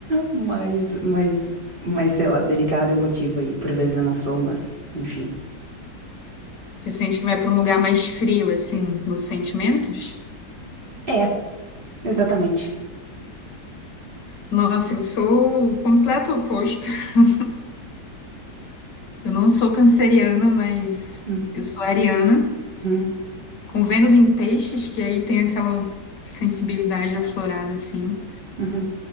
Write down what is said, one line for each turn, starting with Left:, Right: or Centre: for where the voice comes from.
Right: mais, mais, mais, sei lá, delicada, emotiva e por vezes eu não sou, mas enfim.
Left: Você sente que vai para um lugar mais frio, assim, nos sentimentos?
Right: É, exatamente.
Left: Nossa, eu sou o completo oposto. <laughs> Eu não sou canceriana, mas
Right: Hum,
Left: eu sou ariana,
Right: hum,
Left: com Vênus em peixes, que aí tem aquela sensibilidade aflorada, assim.
Right: uhum.